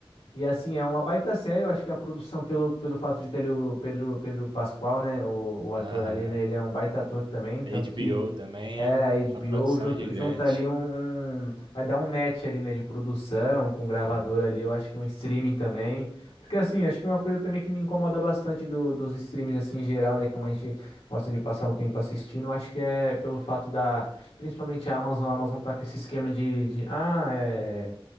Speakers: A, on the left (about 80°); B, on the right (about 55°).
A: e assim, é uma baita série, eu acho que a produção, pelo, pelo fato de ter ali o Pedro, Pedro Pascoal né, o, o ator
B: Aham.
A: ali, né, ele é um baita ator também, tanto
B: A HBO
A: que
B: também
A: é,
B: é
A: a HBO
B: uma produção
A: junto,
B: gigante.
A: junta ali um, um- vai dar um match ali, né, de produção, com gravador
B: né?
A: ali, eu acho que um streaming também, porque assim, acho que é uma coisa também que me incomoda bastante do- dos streams, assim, em geral, né, como a gente gosta de passar um tempo assistindo, eu acho que é pelo fato da, principalmente a Amazon, a Amazon tá com esse esquema de, de ah, é...